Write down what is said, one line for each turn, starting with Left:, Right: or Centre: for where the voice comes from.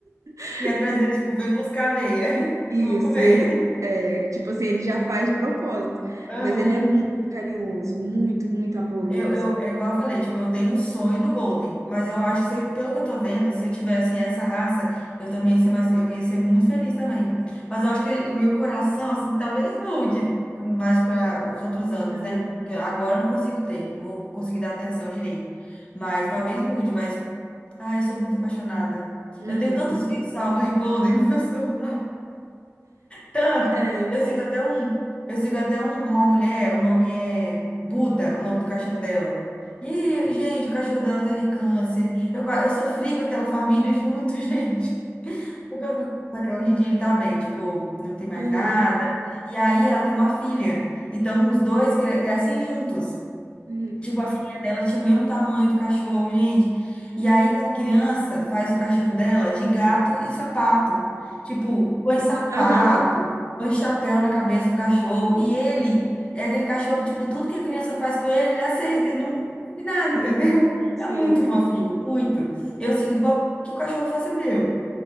Right: <laughs>
Left: E atrás dele, tipo, vem buscar a meia. <laughs>
Right: Isso,
Left: Eu vou comer.
Right: ele é, tipo assim, ele já faz de propósito,
Left: Aham.
Right: mas ele é muito carinhoso, muito, muito amoroso.
Left: Eu, eu, é igual eu falei, tipo, eu tenho um sonho do Golden, mas eu acho que, se eu- pelo que eu tô vendo, se eu tivesse essa raça, eu também ia ser mais, eu ia ser muito feliz também. Mas eu acho que o meu coração, assim, talvez mude mais para os outros anos,
Right: Aham,
Left: né? Que agora eu não consigo ter, não vou conseguir dar atenção direito. Mas talvez mude, mas, ai, eu sou muito apaixonada.
Right: aham.
Left: Eu tenho tantos vídeos salvos de Golden no meu <laughs> celular. Tanto.
Right: É,
Left: Eu sigo até um, eu sigo até um- uma mulher, o nome é Buda, o nome do cachorro dela. E, gente, o cachorro dela teve câncer. Eu, qua- eu sofri com aquela família junto, <laughs> gente. Porque eu, só que hoje em dia ele tá bem, tipo, não tem mais
Right: aham.
Left: nada. E aí ela tem uma filha. Então os dois cre- crescem juntos.
Right: hum,
Left: Tipo, a filhinha dela tinha o mesmo tamanho do cachorro, gente. E aí, essa criança faz o cachorro dela de gato e sapato. Tipo, põe sapato,
Right: Aham,
Left: põe chapéu na cabeça do cachorro. E ele é aquele cachorro que, tipo, tudo que a criança faz com ele, ele aceita e não faz nada,
Right: sim,
Left: entendeu?
Right: sim.
Left: É muito fofinho, muito. Eu sigo igual que o cachorro fosse o meu.